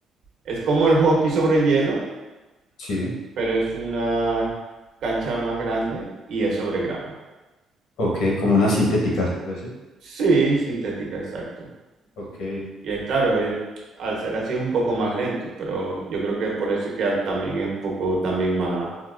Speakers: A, on the right (about 65°); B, on the left (about 80°).
A: Es como el hockey sobre hielo,
B: Sí.
A: pero es una cancha más grande y es sobre grama.
B: Ok, como una sintética, se puede decir.
A: Sí, sintética, exacto.
B: Ok,
A: Y es claro, es- al ser así es un poco más lento, pero yo creo que por eso es que al- también es un poco también más,